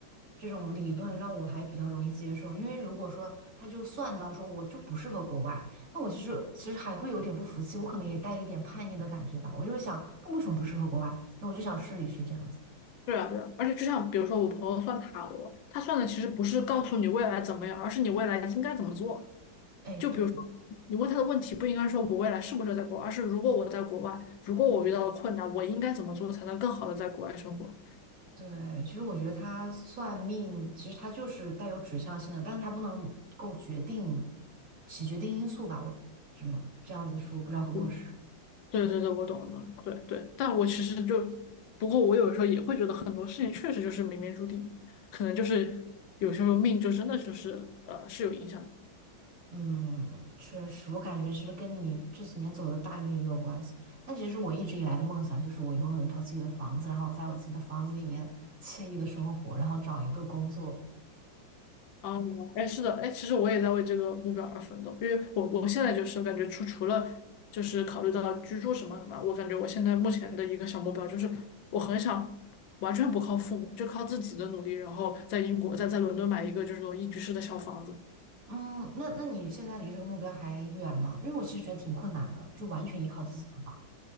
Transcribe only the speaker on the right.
这种理论让我还比较容易接受。因为如果说他就算到说我就不适合国外，那我其实其实还会有点不服气，我可能也带一点叛逆的感觉吧。我就会想，那为什么不适合国外？那我就想试一试这样子。
哎，
对
对，其实我觉得他算命，其实他就是带有指向性的，但是他不能够决定起决定因素吧？我只能这样子说，不知道合不合适。
嗯，确实，我感觉其实跟你这几年走的大运也有关系。但其实我一直以来的梦想就是我拥有一套自己的房子，然后我在我自己的房子里面惬意的生活，然后找一个工作。
嗯，那那你现在离这个目标还远吗？因为我其实觉得挺困难的，就完全依靠自己的话，